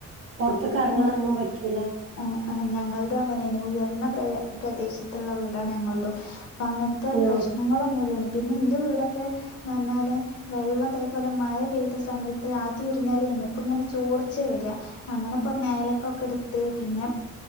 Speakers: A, on the right; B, on the left.
A: പൊർത്ത്ക്കെർങ്ങാനൊന്നും
B: ഞ
A: പറ്റൂലാ
B: ആഹ് ആഹ് ഞങ്ങൾതും അങ്ങനേനി ഉയർന്ന പ്രയ പ്രദേശത്ത്ള്ള വീടാണ് ഞങ്ങൾതും പ്പ അങ്ങൻത്തെ
A: ആ
B: പ്രശ്നങ്ങളൊന്നുംല്ലേനി പിന്നെ ഇന്റെ വീടൊക്കെ ന്നർഞ്ഞാല് വെള്ളം തേ പോലെ മഴ പെയ്ത സമയത്ത് ആദ്യം ഒരു നെലേനി അപ്പാെങ്ങെനെ ചോർച്ച വെരാ അങ്ങനെപ്പം മേലെക്കൊക്കെട്ത്ത് പിന്നെ